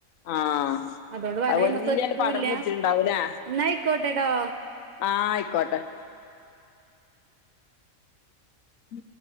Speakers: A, on the left (about 80°); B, on the right (about 70°).
A: ആഹ്
B: അതുകൊണ്ട് വല
A: അത് വല്യാണ്ട്
B: ഐമക്ക് എത്തൂല്ല
A: പടർന്ന് പിടിച്ചിട്ടുണ്ടാവൂലേ
B: എന്നായ്ക്കോട്ടെടോ
A: ആഹ ആയ്ക്കോട്ടെ ഉ